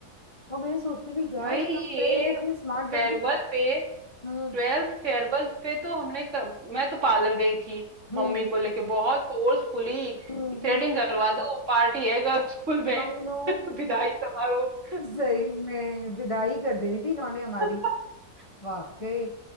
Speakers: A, on the left; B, on the right.
A: और मैं सोचती थी यार
B: भाई
A: सब
B: ये
A: फ्रेंड्स इतने स्मार्ट
B: फेयरवेल
A: बन के जा
B: पे
A: Hmm
B: ट्वेल्थ फेयरवेल पे तो हमने क- मैं तो पार्लर गई थी
A: Hmm
B: मम्मी को लेके बहुत फोर्सफुली कि
A: Hmm
B: थ्रेडिंग करवा दो पार्टी है गर्ल्स स्कूल में
A: I know
B: <laughs> विदाई समारोह
A: सही में विदाई कर देनी थी इन्होंने हमारी
B: <laughs>
A: वाकई